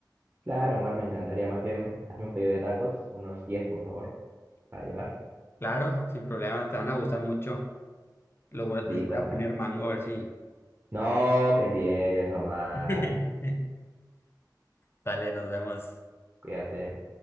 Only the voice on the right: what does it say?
Claro, Mar, me encantaría. Más bien, hazme un pedido de tacos, unos diez por favor, para llevar.
Listo,
Mar.
No, ¿qué tienes, Omar?
Cuídate.